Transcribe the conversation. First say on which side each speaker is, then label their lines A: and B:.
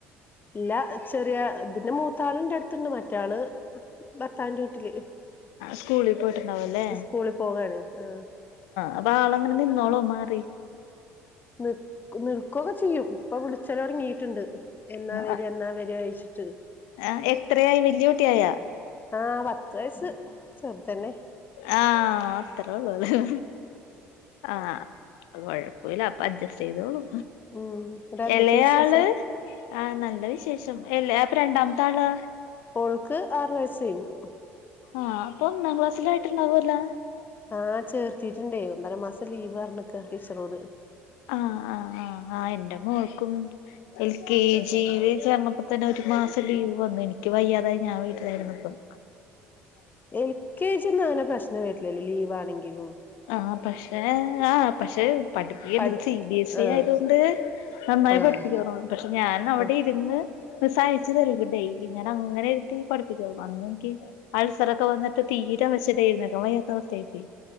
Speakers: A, on the left; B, on the left.
A: ഇല്ല ചെറിയ ഇതിന്റെ മൂത്താള്ണ്ട്- ണ്ട് മറ്റാള് ഭർത്താവിന്റെ വീട്ടില്-
B: സ്കൂളിൽ പോയിട്ടുണ്ടാവും അല്ലേ
A: ഇസ്കൂളി പോവാണ് ആഹ്
B: അപ്പൊ ആള് അങ്ങനെ നിന്നോളോ മാറി?
A: നി നിർക്കൊക്കെ ചെയ്യും ഇപ്പൊ വിളിച്ചലോടങ്ങിട്ടുണ്ട്. എന്നാ വര
B: ആഹ്
A: എന്നാ വരാ അഴിച്ചിട്ട്
B: ആഹ് എത്രയായി വല്യ കുട്ടിയായ
A: ആഹ് പത്ത് വയസ്സ്- ചെറുതന്നെ
B: ആഹ് അത്ര ഒള്ളൂലെ- ആഹ് അ കൊഴപ്പില്ല അപ്പൊ അഡ്ജസ്റ്റ് ചെയ്തോളൂ
A: ഉം ഇവിടെ എന്തൊക്കെയാ
B: എളയാള്?
A: വിശേഷം
B: ആഹ് നല്ല വിശേഷം എല്ല അപ്പൊ രണ്ടാമത്തെ ആള്?
A: ഓൾക്ക് ആറു വയസ്സ് കഴിഞ്ഞ് -
B: ആഹ് അപ്പ ഒന്നാം ക്ലാസ്സിലായിട്ടുണ്ടാവല്ലേ?
A: ആഹ് ചേർത്തിട്ടുണ്ടേ ഒന്നര മാസം ലീവ് പറഞ്ഞക്ക ടീച്ചറോട്- <inaudible>
B: ആഹ് ആഹ് ആഹ് ആഹ് എന്റെ മോൾക്കും- എൽ കെ ജിൽ ചേർന്നപ്പോ തന്നെ ഒരു മാസം ലീവ് വന്നു എനിക്ക് വയ്യാതായി ഞാൻ വീട്ടിലായിരുന്നുപ്പം
A: എൽ കെ ജിന്നങ്ങനെ പ്രശ്നം വര്ലല്ലോ ലീവ് ആണെങ്കിലും
B: ആഹ് പക്ഷേ ആഹ് പക്ഷെ പഠ്പ്പിക്ക്ണ്ട്
A: പഠി
B: ഇത് സി ബി എസ് സി
A: ആഹ്
B: ആയതൊണ്ട് നന്നായി
A: ആഹ്
B: പഠിപ്പിക്കേർന്നു പക്ഷെ ഞാൻ അവിടെര്ന്ന്
A: ആഹ്
B: സഹായ്ച്തരു ക്ഡെയിലി ഞാന അങ്ങനെര്ത്തി പഠിപ്പിക്കേർന്നു അന്നൻകി അൾസറൊക്കെ വന്നിട്ട് തീരെ വെശതേര്ന്ന്ട്ടോ വയ്യത്തവസ്ഥയ്പെയി